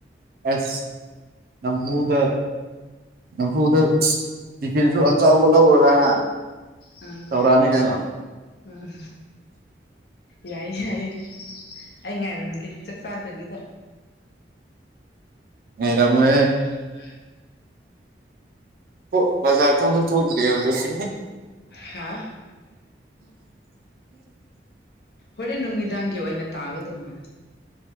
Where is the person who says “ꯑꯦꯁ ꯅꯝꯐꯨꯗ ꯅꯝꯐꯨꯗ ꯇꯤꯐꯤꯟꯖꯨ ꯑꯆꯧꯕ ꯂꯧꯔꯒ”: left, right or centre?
Right